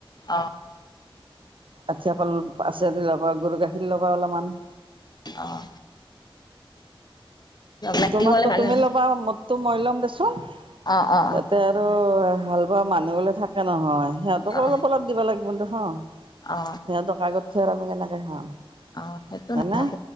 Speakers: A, on the left; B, on the right.
A: অ
B: আঠা কল পাছে ল'বা, গৰু গাখীৰ ল'বা অলপমান।
A: অ'। লাগি
B: তোমাৰতো
A: গ'লে ভালে
B: তুমি
A: লাগে।
B: ল'বা, মদতো মই ল'ম দেছোন,
A: অ অ অ
B: ইতে আৰুাল মানুহ গলে থাকে নহয় সিহঁতক
A: অ
B: অলপ অলপ দিব লাগে ধ হ <unintelligible>
A: অ
B: সিহঁতৰ আগত থ <unintelligible> আৰু আমি কেনেকে গহম <unintelligible> হয়
A: অ সেইটো নহ'ব
B: না,